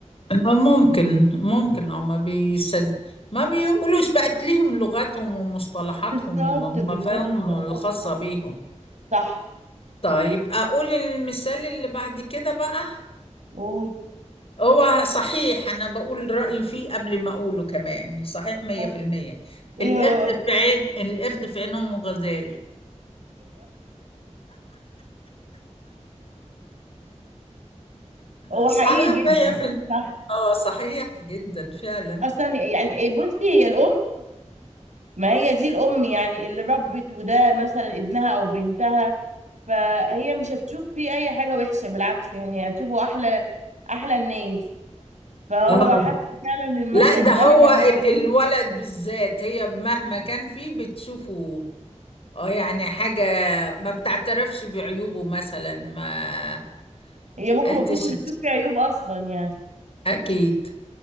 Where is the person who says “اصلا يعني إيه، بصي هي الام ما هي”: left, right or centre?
Right